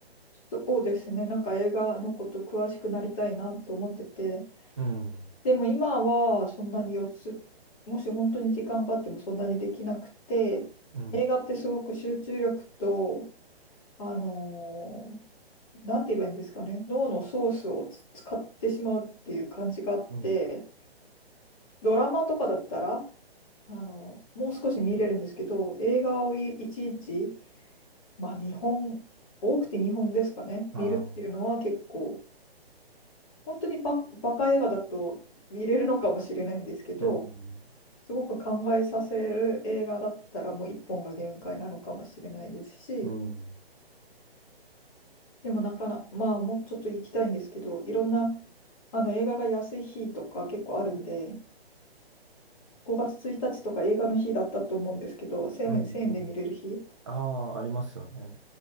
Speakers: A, on the left; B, on the right.
A: そうですね。なんか映画のこと詳しくなりたいなと思ってて。
B: うん。
A: でも今はそんなに4つ、もし本当に時間があってもそんなにできなくて、
B: うん。
A: 映画ってすごく集中力と、あのーなんて言えばいいんですかね、脳のソースをつ使ってしまうっていう感じがあって、
B: うん。
A: ドラマとかだったら、あのーもう少し見れるんですけど、映画をい1日、まあ2本、多くて2本ですかね、
B: ああ。
A: 見るっていうのは結構、本当にバ、バカ映画だと見れるのかもしれないんですけど、
B: うん。
A: すごく考えさせる映画だったらもう一本が限界なのかもしれないですし、
B: うん。
A: でもなかな、まあもうちょっと行きたいんですけど、いろんなあの映画が安い日とか結構あるんで、5月1日とか映画の日だったと思うんですけど、1
B: うん。
A: 1000円で見れる日、
B: うん。ああ、ありますよね。